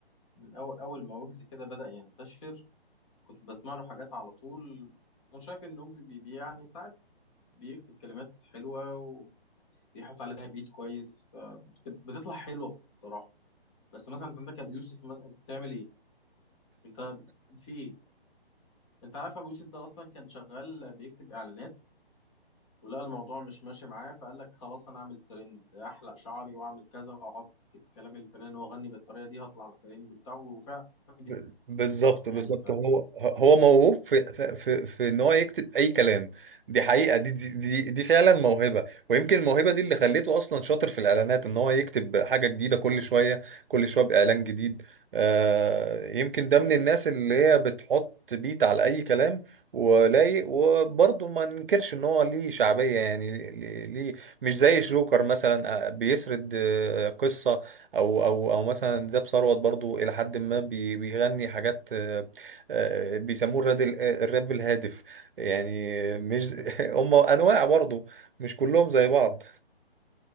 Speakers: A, on the left; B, on the right.
A: من اول اول ما ويجز كده بدأ ينتشر كنت بسمع له حاجات على طول انا شايف ان ويجز بي بي- يعني ساعات بيكتب كلمات حلوه وبيحط عليها بيت كويس فبتطلع حلوه بصراحه بس مثلا انت عندك ابو يوسف مثلا انت بتعمل ايه انت في ايه انت عارف ابو يوسف ده اصلا كان شغال بيكتب اعلانات ولقى الموضوع مش ماشي معاه فقال لك خلاص انا اعمل ترند احلق شعري واعمل كذا واحط الكلام اللي في الأغاني واغني بالطريقه دي هطلع ترند وبتاع وفعلا نجح
B: ب- بالظبط بالظبط
A: يعني
B: هو هو موهوب في في في في ان هو يكتب اي كلام دي حقيقه دي دي دي, دي فعلا موهبه ويمكن الموهبه دي اللي خليته اصلا شاطر في الاعلانات ان هو يكتب حاجه جديده كل شويه كل شويه باعلان جديد آه يمكن ده من الناس اللي هي بتحط بيت على اي كلام ولايق وبرضه ما ننكرش ان هو ليه شعبيه يعني ليه ليه- مش زي شروكر مثلا آه، بيسرد آه، قصه او او او مثلا زاب ثروت برضو الى حد ما بي- بيغني حاجات آه، آه، بيسموه الراب ال- الراب الهادف يعني مش <laughs> هم انواع برضو مش كلهم زي بعض